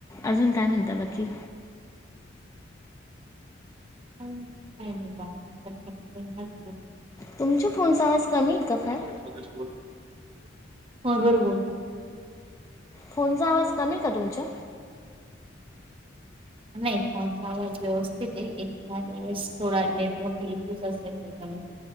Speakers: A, on the left; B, on the right.
A: अजून काय म्हणता बाकी?
B: काही नाही पाहा <inaudible>
A: तुमच्या फोनचा आवाज कमी आहे का फार?
B: <unintelligible> फोनवर बोल.
A: फोनचा आवाज कमी आहे का तुमचा?
B: नाही फोनचा आवाज व्यवस्थित आहे, एखाद्या वेळेस थोडा नेटवर्क इश्यूज असेल त्याच्यान